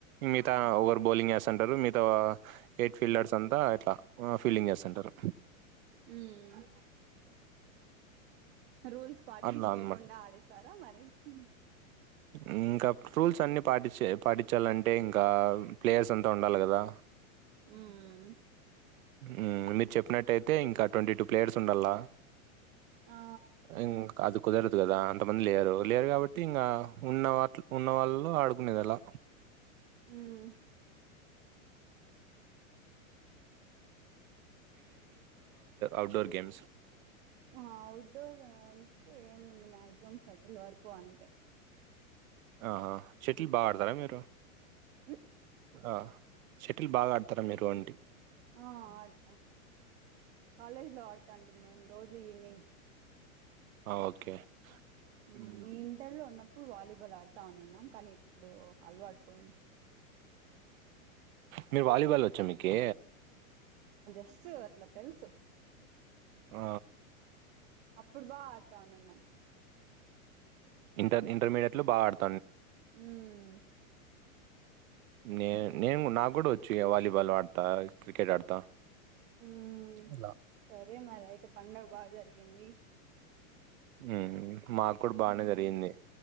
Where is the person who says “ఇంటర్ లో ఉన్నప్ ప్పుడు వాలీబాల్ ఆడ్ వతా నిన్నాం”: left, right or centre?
Right